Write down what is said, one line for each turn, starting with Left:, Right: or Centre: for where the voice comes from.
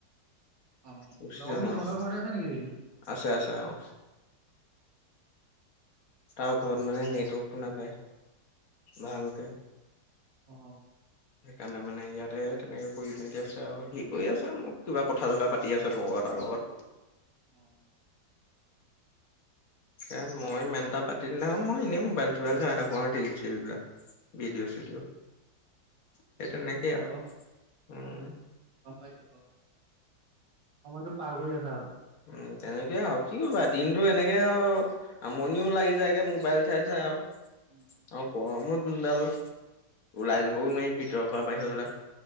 Right: অ'
Left: গুচি
Right: লগৰ
Left: যাম
Right: কি
Left: আৰু
Right: তোমাল ঘৰৰত আছে নেকি এয়গিদিন
Left: আছে, আছে অ'। তাৰ ঘৰত মানে নেটৱৰ্কটো নাপায়, ভালকে।
Right: অ'।
Left: সেইকাৰণে মানে ইয়াতে তেনেকৈ কৰি মেলি আছে আৰু হি কৰি আছে কিবা কথা চথা পাতি আছে লগৰ এটাৰ লগত।
Right: অ'।
Left: এ মই ইমান এটা পাতি নাথাকোঁ মই এনেই মবাইল চোবাইল চাই থাকোঁ আৰু ৰিল চিল বিলাক ভিঅ' চিডিঅ'- সেই তেনেকৈ
Right: সেইটোৱে
Left: আৰু
Right: বাৰু
Left: উম-
Right: গম পাইছো বাৰু। সময়তটো পাৰ কৰি আছা আৰু।
Left: উ তেনেকে আৰু কি কৰিবা দিনতো এনেকে আৰু- আমনিও লাগি যায় কে মোবাইল চাই চাই আৰু
Right: <unintelligible>
Left: অ গৰমো যোনডাল ওলাই
Right: গম পাইছো,
Left: যাবও নোৱাৰি। ভিতৰৰ পৰা বাহিৰলৈ